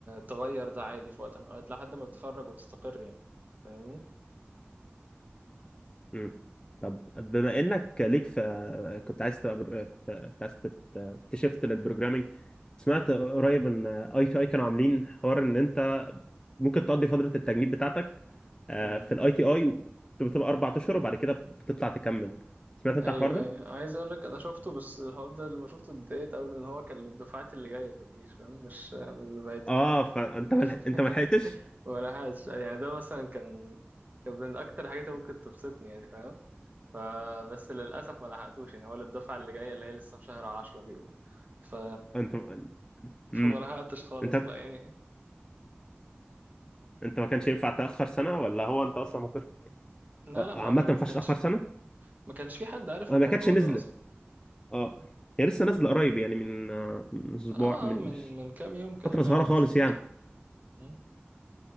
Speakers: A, on the right; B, on the left.
A: تغير ده عادي في وقت من الأوقات لحد ما تتخرج وتستقر يعني فاهمني
B: امم طب بما انك ليك في كنت عايز تبقى برو... في... كنت عايز تبقى- تشفت للبروجرامينج سمعت قريب ان اي تي اي كانوا عاملين حوار ان انت ممكن تقضي فتره التجنيد بتاعتك آه،
A: امم
B: في الاي تي اي بتبقى اربع اشهر وبعد كده بتطلع تكمل سمعت انت
A: ايوه
B: الحوار ده؟
A: ايوه عايز اقول لك انا شفته بس الحوار ده لما شفته اتضايقت قوي ان هو كان للدفعات اللي جايه في الجيش فاهم مش مش دفعتي
B: اه فانت ملح...
A: <laughs>
B: انت ما لحقتش؟
A: ولا حاجه يعني ده مثلا كان كان من اكتر الحاجات اللي ممكن تبسطني يعني فاهم فبس للاسف ما لحقتوش يعني هو للدفعه اللي جايه اللي هي لسه في شهر 10 بيقول ف
B: انت امم
A: فما لحقتش خالص
B: انت
A: بقى يعني
B: انت ما كانش ينفع تاخر سنه ولا هو انت اصلا ما كنت
A: لا
B: آه،
A: لا
B: عامه
A: ما هو
B: ما
A: ما
B: ينفعش
A: كانش
B: تاخر سنه
A: ما كانش في حد عارف
B: انا
A: الموضوع
B: ما كانتش نزلت
A: ده اصلا
B: اه
A: فاهم؟
B: هي لسه نازله قريب يعني من آه، من اسبوع
A: اه
B: من
A: آه، من
B: مش
A: من كام يوم كده
B: فتره
A: فعلا
B: صغيره خالص
A: لسه نازل
B: يعني
A: مم.